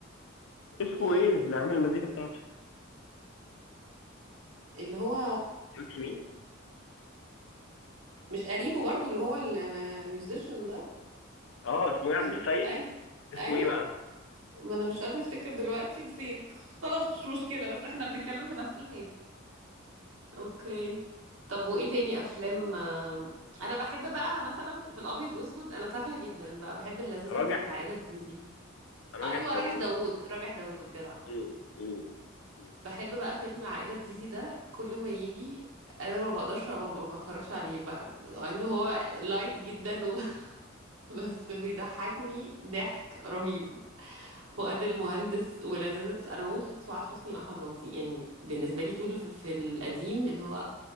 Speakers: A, on the left; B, on the right.
A: اسمه
B: ايه
A: ايه اللي عامل المزيكا بتاعته
B: اللي هو
A: قلت مين
B: مش قريبه برضو اللي هو الميوزيشن ده
A: اه اسمه ايه عبد
B: قريب
A: السيد
B: اي
A: اسمه
B: ايوه
A: ايه بقى
B: ما انا مش قادره افتكر دلوقتي نسيت خلاص مش مشكله بس احنا بنتكلم في نفس الحاجه اوكي طب وايه تاني افلام آم، انا بحب بقى مثلا في الابيض واسود انا تافهه جدا بقى بحب اللذاذه
A: راجح
B: بتاعت عائله زيزي
A: راجح
B: ايوه
A: داوود
B: راجح داوود راجح داوود جدع
A: مم، مم، مم.
B: بحب بقى فيلم عائلة زيزي ده كل ما يجي انا ما بقدرش ما ما بتفرجش عليه بقى مع ان هو لايت جدا و... <laughs> بس بيضحكني ضحك رهيب فؤاد المهندس ولذاذة انا بموت في سعاد حسني واحمد رمزي يعني بالنسبه لي دول في, في القديم اللي هو